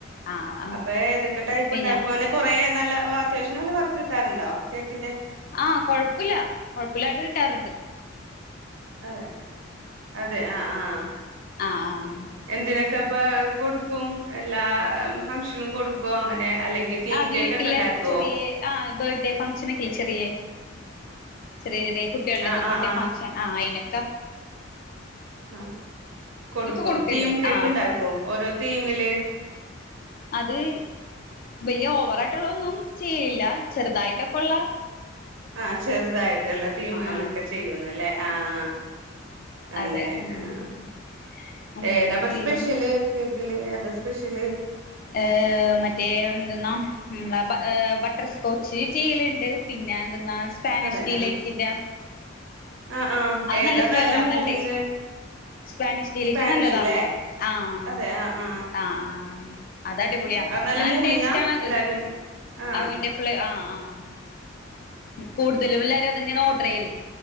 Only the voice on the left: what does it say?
ആ ആ
പിന്നെ
ആഹ് കൊഴപ്പില്ല കൊഴപ്പില്ലാണ്ട് കിട്ടാറിണ്ട്
ആ ആ
ആഹ് വീട്ടിലെ
ചെറിയ ആ ബെഡേ ഫംഗഷനൊക്കെ ചെറിയേ ചെറിയ ചെറിയ കുട്ടികൾടെക്കെ
ബെഡെ
ഫങ്ഷൻ ആ അയിന് ക
കൊടുക്കലുണ്ട്
ആ
അത് വലിയ ഓവറായിട്ടുള്ള ഒന്നും ചെയ്യില്ല ചെറുതായിട്ടൊക്കൊള്ള
ആ
അതെ ഉം
ഉം
പിന്നെ
ഏഹ് മറ്റേ എന്ത്‌ന്നാ മ് ബ-ബട്ടർസ്കോച്ച് ചെയ്യലിണ്ട് പിന്നെന്ത്‌ന്നാ സ്പാനിഷ്
ഡിലൈറ്റിന്റെ
അത്
നല്ല ഫ്ലേവറാ
നല്ല ടേസ്റ്റ് സ്പാനിഷ്ഡിലൈറ്റ്
നല്ലതാ ആഹ്
അഹ് ആഹ് അതടിപൊളിയാ
നല്ല
ടേസ്റ്റാണത്
അവന്റെ ഫ്ളെ ആഹ് ആ അം കൂടുതലും എല്ലാരും അതന്നെയാണ് ഓഡ്രെയല്ല്